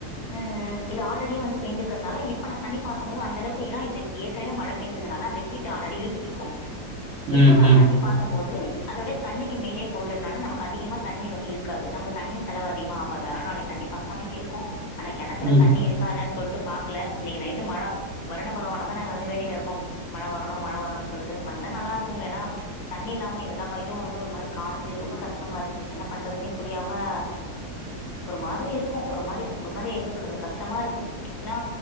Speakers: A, on the right; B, on the left.
A: <inaudible>
B: ம் இது ஆல்ரெடிய வந்து பெஞ்சிருக்கிறதுனால இப்ப நா தண்ணி பாசும்போது அந்த அளவுக்கு ஏனா இது ஏற்கனவே மழ பேஞ்சதுனால அந்த ஹீட் டா ஆல்ரெடி இழுத்துட்டு இருக்கு
A: <inaudible>
B: இப்ப
A: ம்ஹ்ம்.
B: நா தண்ணி பாசும் போது அதோட தண்ணிக்கு மேலே போறிறதுனால நமக்கு அதிகமா தண்ணி வந்து இழுக்காது நமக்கு தண்ணி செலவு அதிகமா ஆவாது அதனால நாளைக்கு தண்ணி பத்தாமையு இருக்கு ஆனா கெணத்துல
A: ம்.
B: தண்ணி இருக்கானு சொல்லிட்டு பாக்கல இன்னைக்கி நைட்டு மழ வருண பகவான தா நாங்க வந்து வேண்டின்னு இருக்கோ மழ வர்ணு மழ வர்ணுனு சொல்ட்டு வந்தா நல்லா இர்க்குங்க ஏனா தண்ணி இல்லாம எல்லா பய்ரு வந்து ஒரு மாரி காஞ்சு ரொம்ப கஷ் டமார்க்கு என்ன பண்றதுன்னே புரியாமே ஒரு மாதிரி இருக்கு ஒரு மாரி ஒரு மாரி எப்டி சொல்றது கஷ்டமா இருக்கும் எனா